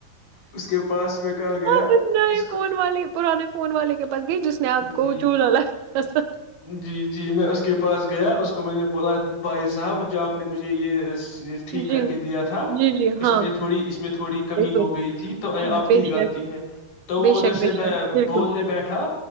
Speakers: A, on the left (about 80°); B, on the right (about 80°).
A: اس کے پاس میں کل گیا
B: آپ نئے
A: اس کو
B: فون والے پرانے فون والے کے پاس گئی جس نے آپ
A: جی
B: کو چولہا لگا
A: جی جی میں اس کے پاس گیا اس اس کو میں نے بولا بھائی صاحب جو آپ نے مجھے یہ ٹھیک کر
B: جی
A: کے دیا تھا
B: جی جی
A: اس
B: ہاں
A: میں تھوڑی اس میں تھوڑی کمی
B: بالکل
A: ہو گئی تھی تو آپ کی
B: بے
A: ہی
B: شک
A: غلطی ہے تو وہ
B: بے
A: ادھر
B: شک
A: سے
B: بے شک بالکل
A: بولنے بیٹھا